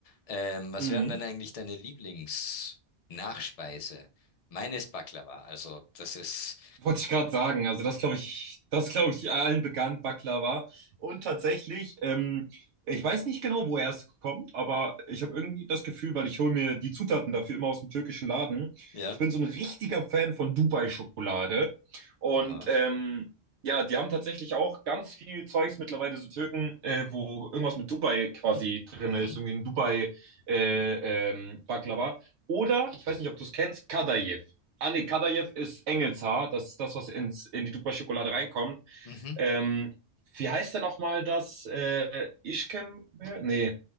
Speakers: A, on the left (about 50°); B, on the right (about 80°).
A: Ähm, was
B: Mhm.
A: wären denn eigentlich deine Lieblingsnachspeise? Meine ist Baklava. Also das ist,
B: Wollte ich gerade sagen. Also das glaube ich, das glaube ich allen bekannt, Baklava. Und tatsächlich, ähm, ich weiß nicht genau, woher es kommt, aber ich habe irgendwie das Gefühl, weil ich hole mir die Zutaten dafür immer aus dem türkischen Laden.
A: ja,
B: Ich bin so ein richtiger Fan von Dubai-Schokolade. Und
A: oha.
B: ähm, ja, die haben tatsächlich auch ganz viel Zeugs mittlerweile, so Türken, äh, wo irgendwas mit Dubai quasi drin
A: Mhm,
B: ist, irgendwie ein Dubai äh, ähm, Baklava. Oder, ich weiß nicht, ob du es kennst, Kadayif. Ah, nee, Kadaev ist Engelshaar. Das ist das, was ins, in die Dupa-Schokolade reinkommt.
A: mhm,
B: Ähm, wie heißt denn nochmal das? Äh, Ischkem? Nee.